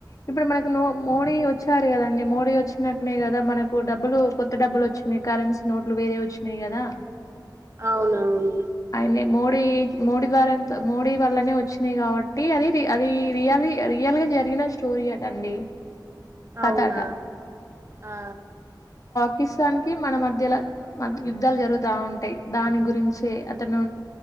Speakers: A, on the left; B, on the right.
A: ఇప్పుడు మనకు నో మోడీ వచ్చారు కదండి మోడీ వచ్చినాకనే కదా మనకు డబ్బులు కొత్త డబ్బులు వచ్చినాయి కరెన్సీ నోట్లు వేరే వచ్చినాయి కదా
B: అవునవును
A: అయినే మోడీ మోడీ గారంత మోడీ వల్లనే వచ్చినాయి కాబట్టి అది అది రియాలి రియల్ గా జరిగిన స్టోరీ అటండి కథ
B: అవునా
A: అట
B: ఆ
A: పాకిస్తాన్ కి మన మధ్యలో మ యుద్ధాలు జరుగుతా ఉంటాయి దాని గురించి అతను